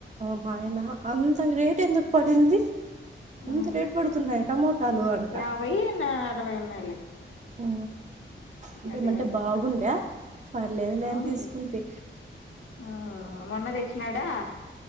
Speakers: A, on the right (about 35°); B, on the left (about 75°).
A: మ ఆయన అంత రేట్ ఎందుకు పడింది అంత
B: ఆ
A: రేటు పడుతున్నాయా టమోటాలు అంట
B: యాభై నా అరవై ఉన్నాయిలే
A: ఆ అంటే
B: అదే
A: ఏమంటే
B: అదే
A: బాగుండే పర్లేదు లేని
B: అవునులే
A: తీసుకుంటి
B: ఆ మొన్న తెచ్చినాడా